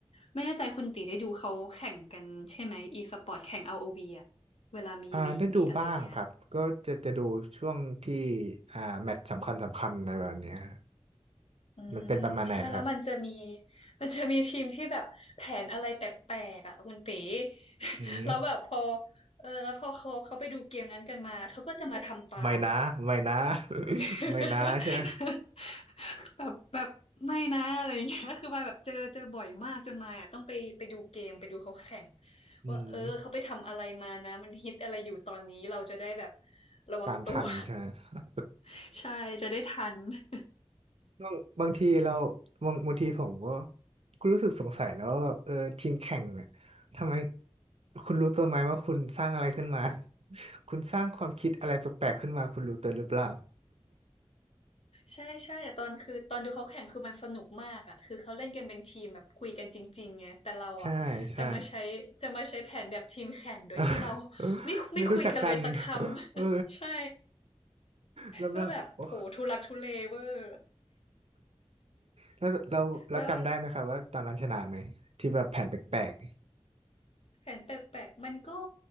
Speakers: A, on the left; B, on the right.
A: ไม่แน่ใจคุณตีได้ดูเขาแข่งกันใช่ไหม e สปอร์ตแข่งอ o v อวีอ่ะเวลามีลีกมีอะไรเงี้ย
B: อ่าได้ดูบ้างครับก็จะจะดูช่วงที่อ่าแมตช์สำคัญสำคัญอะไรแบบเนี้ย
A: อืมใช่แล้วมันจะมี
B: มันเป็นประมาณไหนนะครับ
A: <laughs> มันจะมีทีมที่แบบแผนอะไรแปลกๆอ่ะคุณตี <laughs>
B: อืม
A: แล้วแบบพอเออแล้วพอเขาเขาไปดูเกมนั้นกันมาเขาก็จะมาทำตาม
B: ไม่นะไม่นะ <laughs>
A: <laughs>
B: ไม่นะใช่ไหม
A: แบบแบบไม่นะอะไรอย่างเงี้ย <laughs> คือมายแบบเจอเจอบ่อยมากจนมายอ่ะต้องไปไปดูเกมไปดูเขาแข่ง
B: อืม
A: ว่าเออเขาไปทำอะไรมานะมันฮิตอะไรอยู่ตอนนี้เราจะได้แบบระวังตัว
B: ตามทันใช่ไหม <laughs>
A: <laughs> ใช่จะได้ทัน <laughs>
B: บางบางทีเราบางบางทีผมก็ก็รู้สึกสงสัยนะว่าแบบเออทีมแข่งเนี่ยทำไมคุณรู้ตัวไหมว่าคุณสร้างอะไรขึ้นมา <laughs> คุณสร้างความคิดอะไรแปลกๆขึ้นมาคุณรู้ตัวหรือเปล่า
A: ใช่ใช่แต่ตอนคือตอนดูเขาแข่งคือมันสนุกมากอ่ะคือเขาเล่นกันเป็นทีมแบบคุยกันจริงๆไงแต่เราอ่ะจะมาใช้จะมาใช้แผนแบบทีมแข่งโดยที่เรา
B: ใช่ใช่ <laughs>
A: ไม่ไม่คุยกันเลยสักคำ
B: ไม่รู้จักกัน <laughs> เออ
A: <laughs> ใช่
B: แล้วแบบ
A: ก็แบบโผทุลักทุเลเวอร์
B: <laughs> โอ้แล้วเราเราจำได้ไหมครับว่าตอนนั้นชนะไหมที่แบบแผนแปลก
A: แล้วแผนแปลกๆมันก็